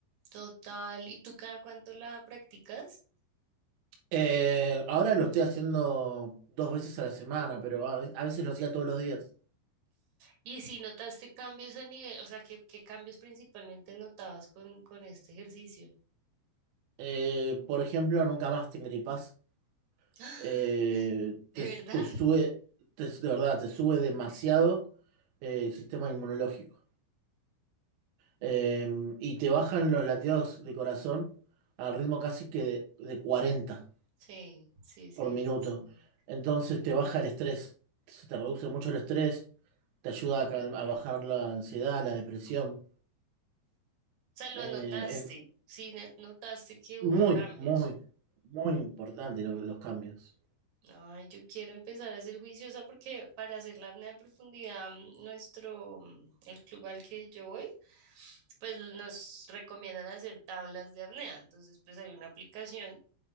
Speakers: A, on the right (about 65°); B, on the right (about 80°).
A: total. ¿Y tú cada cuánto la practicas?
B: Eh, ahora lo estoy haciendo dos veces a la semana, pero a, a veces lo hacía todos los días.
A: Y si notaste cambios a nivel, o sea, ¿qué, qué cambios principalmente notabas con, con este ejercicio?
B: Eh, por ejemplo, nunca más te gripás.
A: <gasps>
B: eh, te,
A: ¿De verdad?
B: tú sube, te- de verdad, te sube demasiado eh, el sistema inmunológico. Eh, y te bajan los latidos de corazón al ritmo casi que de, de 40
A: Sí, sí, sí,
B: por minuto.
A: eso sí.
B: Entonces te baja el estrés, se te reduce mucho el estrés, te ayuda a, cal- a bajar la ansiedad, la depresión.
A: O sea, lo
B: Eh,
A: notaste,
B: es
A: sí, net- notaste que
B: muy,
A: hubo cambios.
B: muy, muy importante lo- los cambios.
A: Ay, yo quiero empezar a ser juiciosa porque para hacer la apnea de profundidad, mm, nuestro, mm, el club al que yo voy, pues nos recomiendan hacer tablas de apnea. Entonces, pues hay una aplicación